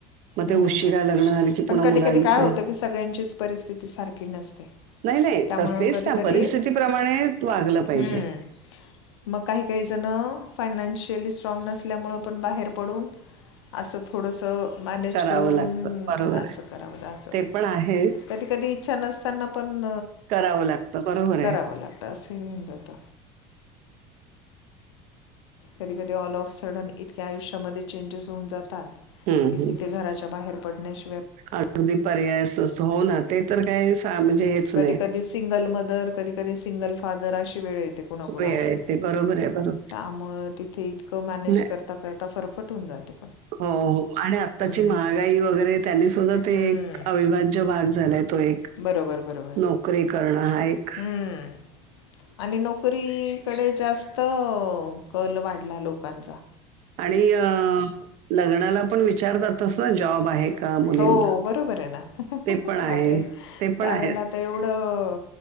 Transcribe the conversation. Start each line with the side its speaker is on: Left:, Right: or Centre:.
Right: मग
Left: हम्म
Right: ते उशिरा
Left: हम्म हम्म
Right: लग्न झालं की
Left: पण
Right: पुन्हा
Left: कधी
Right: मुलांचे
Left: कधी काय होतं की, सगळ्यांचीच परिस्थिती सारखी नसते.
Right: नाही नाही
Left: त्यामुळं
Right: तस तेच
Left: कधी
Right: ना
Left: कधी
Right: परिस्थितीप्रमाणे तू वागलं पाहिजे.
Left: हम्म मग काही काही जण फायनान्शिअल स्ट्रॉंग नसल्यामुळे पण बाहेर पडून असं थोडंसं, मॅनेज
Right: करावं
Left: करून
Right: लागतं. बरोबर
Left: असं
Right: आहे.
Left: करावलं असं.
Right: ते पण आहेच.
Left: कधी कधी इच्छा नसताना पण
Right: करावं लागतं. बरोबर आहे.
Left: करावं लागतं असं होऊन जात. कधी कधी ऑल ऑफ सडन इतक्या आयुष्यामध्ये चेंजेस होऊन जातात.
Right: हं,
Left: कि
Right: हं.
Left: तिथे घराच्या बाहेर पडण्याशी
Right: अगदी पर्याय अस हो ना ते तर काही म्हणजे हेच
Left: कधी
Right: नाही.
Left: कधी सिंगल मदर कधी कधी सिंगल फादर अशी वेळ येते कुणा कुणावर.
Right: वेळ आहे ते बरोबर आहे, बरोबर.
Left: त्यामुळे तिथे इतकं मॅनेज
Right: नाही
Left: करता करता फरफट होऊन जाते. पण
Right: हो हो आणि आताची
Left: हम्म,
Right: महागाई
Left: हम्म.
Right: वगैरे त्यानी सुद्धा ते
Left: हम्म.
Right: एक अविभाज्य भाग झालाय. तो एक
Left: बरोबर बरोबर
Right: नोकरी करणं हा एक
Left: हम्म. आणि नोकरीकडे जास्त कल वाढला लोकांचा
Right: आणि लग्नाला पण विचारतात तस जॉब आहे का मुलींना?
Left: हो बरोबर आहे ना
Right: ते पण आहे.
Left: बापरे
Right: ते पण
Left: त्यावेेळेला
Right: आहेच.
Left: त एवढं